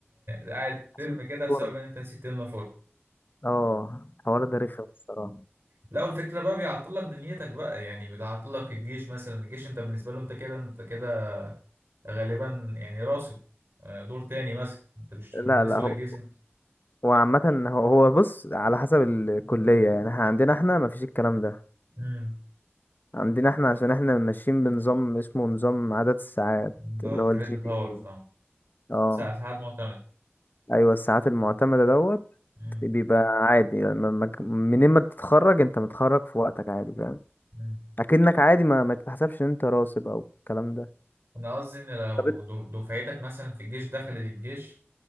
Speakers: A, on the right (about 65°); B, on the left (about 45°).
A: قاعد ترم
B: عشان
A: كده بسبب
B: فورم
A: ان انت نسيت تملى فورم
B: اه الحوار ده رخم الصراحة
A: لا والفكرة بقى بيعطل لك دنيتك بقى يعني بيعطل لك الجيش مثلا الجيش انت بالنسبة له انت كده انت كده غالبا يعني راسي آه، دور تاني مثلا انت مش بالنسبة
B: لا لا هو
A: للجيش
B: هو عامة هو هو بص على حسب الكلية يعني احنا عندنا احنا مفيش الكلام ده
A: امم
B: عندنا احنا عشان احنا ماشيين بنظام اسمه نظام عدد الساعات
A: اللي
B: اللي
A: هو الكريدت
B: هو الجي بي
A: هاورز
B: اي
A: اه
B: اه
A: ساعة ساعات معتمدة
B: ايوه الساعات المعتمدة دوت
A: امم
B: بيبقى عادي يعني ما- ما- منين ما تتخرج انت متخرج في وقتك عادي فاهم
A: امم
B: اكنك عادي ما ما تتحسبش ان انت راسب او الكلام ده
A: انا قصدي ان لو
B: طب انت-
A: دو- دفعتك مثلا في الجيش دخلت الجيش